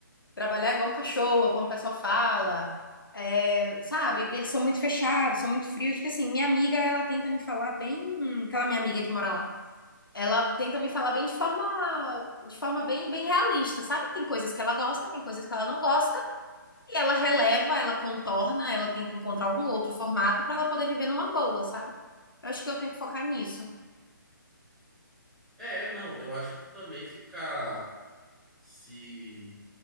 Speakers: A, on the left; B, in the centre.
A: trabalhar igual um cachorro, como o pessoal fala. É, sabe, eles são muito fechados, são muito frios, porque assim, minha amiga, ela tenta me falar bem, aquela minha amiga que mora lá. Ela tenta me falar bem de forma, de forma bem, bem realista, sabe? Tem coisas que ela gosta, tem coisas que ela não gosta, e ela releva, ela contorna, ela tenta encontrar algum outro formato para ela poder viver numa boa, sabe? Eu acho que eu tenho que focar nisso.
B: É, não, eu acho que também ficar se